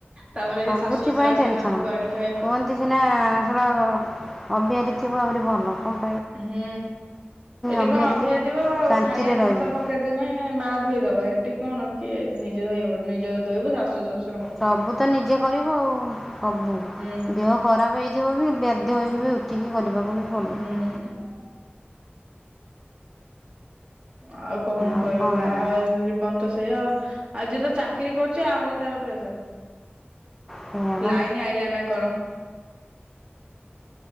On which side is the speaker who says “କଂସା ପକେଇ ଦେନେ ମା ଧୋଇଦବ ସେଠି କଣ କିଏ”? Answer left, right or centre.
Right